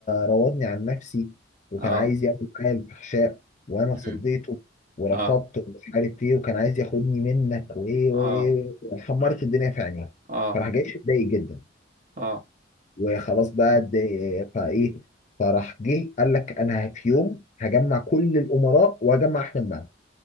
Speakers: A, on the left; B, on the right.
A: راودني عن نفسي وكان
B: اه
A: عايز يعمل معايا الفحشاء وانا
B: مم.
A: صديته ورفضته
B: اه
A: ومش عارف ايه وكان عايز ياخدني منك وايه وايه
B: اه
A: وإيه. حمرت الدنيا في عينيه
B: اه
A: فراح جيش اتضايق جدا
B: اه
A: وخلاص بقى دي- فايه فراح جه قال لك انا في يوم هجمع كل الامراء واجمع احمد معاهم